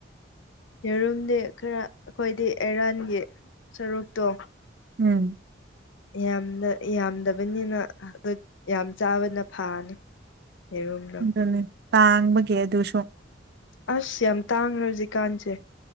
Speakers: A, on the left; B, on the right.
A: ꯌꯦꯔꯨꯝꯗꯤ ꯈꯔ ꯑꯩꯈꯣꯏꯗꯤ ꯑꯦꯔꯥꯟꯒꯤ ꯁꯔꯨꯛꯇꯣ
B: ꯎꯝ
A: ꯌꯥꯝꯅ ꯌꯥꯝꯗꯕꯅꯤꯅ ꯑꯗꯨ ꯌꯥꯝ ꯆꯥꯕꯅ ꯐꯥꯅꯤ ꯌꯦꯔꯨꯝꯗꯣ
B: ꯑꯗꯨꯅꯤ ꯇꯥꯡꯕꯒꯤ ꯑꯗꯨꯁꯨ
A: ꯑꯁ ꯌꯥꯝ ꯇꯥꯡꯈ꯭ꯔꯦ ꯍꯧꯖꯤꯛꯀꯥꯟꯁꯦ